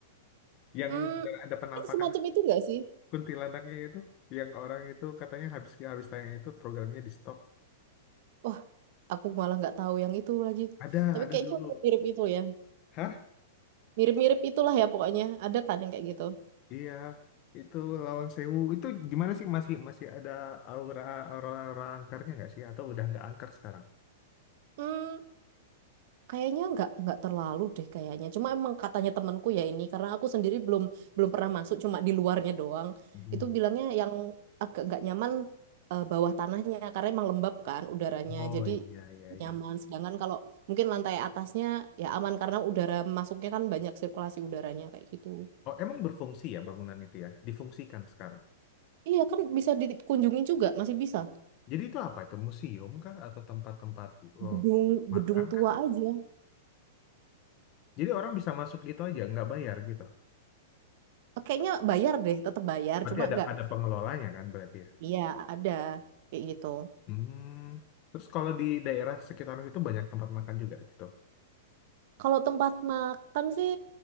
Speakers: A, on the left; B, on the right.
A: yang
B: Hmm,
A: benar ada penampakan
B: ini semacam itu nggak sih?
A: kuntilanaknya itu yang orang itu katanya habis habis tayang itu programnya di stop
B: wah aku malah nggak tahu yang itu lagi.
A: ada
B: Tapi
A: ada
B: kayaknya
A: dulu
B: udah mirip itu ya.
A: hah
B: Mirip-mirip itulah ya pokoknya. Ada kan yang kayak gitu.
A: iya itu Lawang Sewu itu gimana sih masih masih ada aura aura aura angkarnya nggak sih atau udah nggak angker sekarang
B: Hmm, kayaknya nggak nggak terlalu deh kayaknya. Cuma emang katanya temanku ya ini karena aku sendiri belum belum pernah masuk cuma di luarnya doang.
A: Hmm.
B: Itu bilangnya yang agak nggak nyaman eh, bawah tanahnya karena emang lembab kan udaranya.
A: Oh
B: Jadi
A: iya iya
B: nggak
A: iya.
B: nyaman. Sedangkan kalau mungkin lantai atasnya ya aman karena udara masuknya kan banyak sirkulasi udaranya kayak gitu.
A: Oh emang berfungsi ya bangunan itu ya, difungsikan sekarang.
B: Iya kan bisa dikunjungi juga, masih bisa.
A: Jadi itu apa itu museum kah atau tempat-tempat um,
B: gedung
A: makan
B: gedung tua
A: kah?
B: aja.
A: Jadi orang bisa masuk gitu aja, nggak bayar gitu.
B: Eh, Kayaknya bayar deh, tetap bayar,
A: Berarti
B: cuma
A: ada
B: nggak.
A: ada pengelolanya kan berarti ya.
B: Iya, ada kayak gitu.
A: Hmm. Terus kalau di daerah sekitaran situ banyak tempat makan juga gitu.
B: Kalau tempat makan sih